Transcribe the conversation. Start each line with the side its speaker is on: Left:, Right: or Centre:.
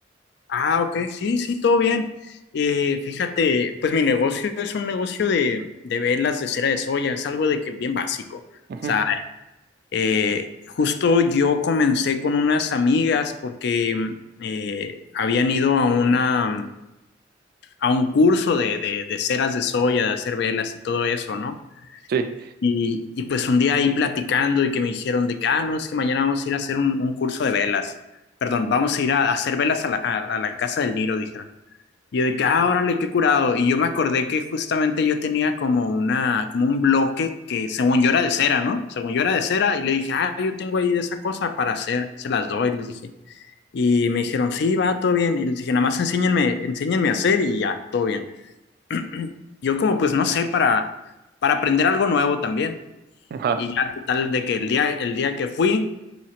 Left: Ah, ok, sí, sí, todo bien. Eh, fíjate, pues mi negocio es un negocio de, de velas de cera de soya, es algo de que bien básico. O
Right: Ujú,
Left: sea, eh, justo yo comencé con unas amigas porque mm, eh, habían ido a una, a un curso de, de, de ceras de soya, de hacer velas y todo eso, ¿no?
Right: Sí.
Left: Y, y pues un día ahí platicando y que me dijeron de que, ah, no, es que mañana vamos a ir a hacer un, un curso de velas. Perdón, vamos a ir a, a hacer velas a la, a- a la casa del Niro, dijeron. Y yo de que, ah, órale, qué curado. Y yo me acordé que justamente yo tenía como una, como un bloque que según yo era de cera, ¿no? Según yo era de cera. Y le dije, ah, yo tengo ahí de esa cosa para hacer, se las doy, les dije. Y me dijeron, sí, va, todo bien. Y les dije, nada más enséñenme, enséñenme a hacer y ya, todo bien. <clears throat> Yo como pues no sé, para, para aprender algo nuevo también.
Right: Ajá.
Left: Y
Right: <laughs>
Left: ya tal de que el día, el día que fui,